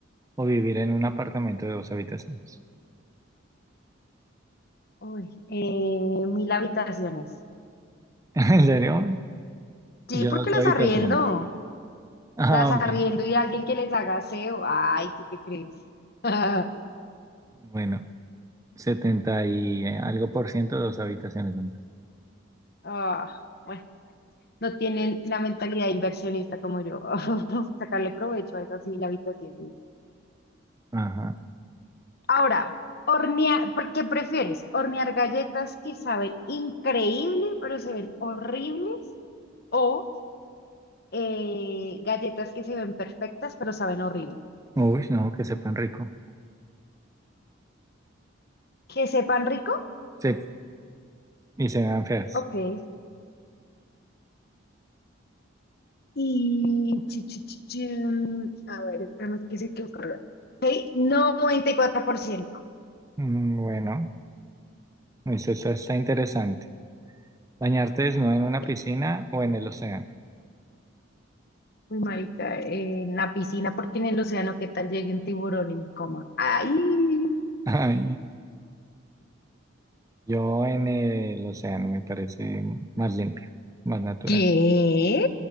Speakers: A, on the right (about 15°); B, on the left (about 50°).
A: o vivir en un apartamento de dos habitaciones?
B: Uy, eh, mil habitaciones.
A: <laughs> ¿En serio?
B: Sí,
A: Yo
B: porque
A: dos
B: las
A: habitaciones.
B: arriendo.
A: Ah,
B: Las arriendo
A: ok.
B: y alguien que les haga aseo. Ay, ¿tú qué crees? <laughs>
A: Bueno, 70 y algo por ciento, dos habitaciones nomás.
B: Ah, bueno, no tienen la mentalidad inversionista como yo. <laughs> Sacarle provecho a esas mil habitaciones.
A: Ajá.
B: Ahora, hornear, ¿por ¿qué prefieres? ¿Hornear galletas que saben increíble, pero se ven horribles? ¿O eh, galletas que se ven perfectas, pero saben horrible?
A: Uy, no, que sepan rico.
B: ¿Que sepan rico?
A: Sí, y se vean feas.
B: Ok. Y... chi, chi, chi, chin. A ver, nada que se quedó cargado. Ok, 94%.
A: Mm, Bueno, eso, eso está interesante. ¿Bañarte desnudo en una
B: Sí,
A: piscina o en el océano?
B: Muy marica, eh, en la piscina, porque en el océano, ¿qué tal llegue un tiburón y me coma? ¡Ay!
A: <laughs> Ay, yo en el océano me parece más limpio, más natural.
B: ¿Qué?